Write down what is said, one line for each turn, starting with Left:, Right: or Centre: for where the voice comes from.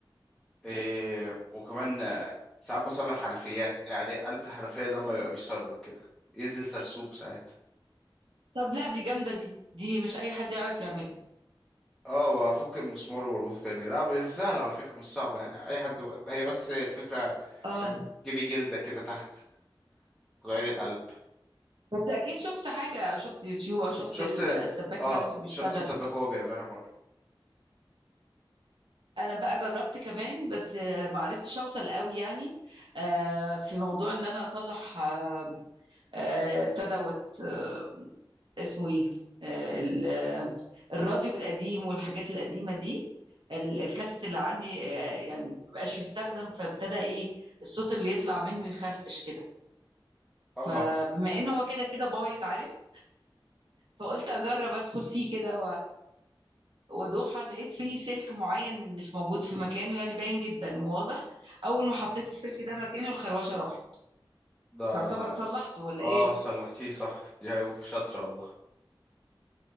Centre: إيه وكمان آه، ساعات بصلح حنفيات يعني قلب الحنفية ده لما بيبقى بيسرب كده ينزل سرسوب ساعات
Right: طب لا دي جامده دي دي مش اي حد يعرف يعملها
Centre: اه بفك المسمار وبربطه تاني لا بس سهل على فكرة مش صعبة يعني اي حد ب- هي بس الفكرة
Right: اه
Centre: تركبي جلدة كده تحت تغيري القلب
Right: بس اكيد شفت حاجه او شفت يوتيوب او شفت
Centre: شفت
Right: السباك
Centre: اه
Right: نفسه بيشتغل
Centre: شفت السباك وهو بيعملها مرة
Right: انا بقى جربت كمان بس آه، ما عرفتش اوصل قوي يعني آه، في موضوع ان انا اصلح آه، آه، بتاع دوت آه، اسمه ايه آه، ال- آه، الراديو القديم والحاجات القديمه دي ال- الكاسيت اللي عندي آه، يعني مبقاش يستخدم فابتدى ايه الصوت اللي يطلع منه يخرفش كده
Centre: اه
Right: فبما انه هو كده كده بايظ عارف فقلت اجرب ادخل فيه كده وادوخها لقيت فيه سلك معين مش موجود في مكانه يعني باين جدا وواضح اول ما حطيت السلك ده مكانه الخروشه راح
Centre: ده
Right: يعتبر صلحته ولا
Centre: اه
Right: ايه
Centre: صلحتيه صح دي شاطرة والله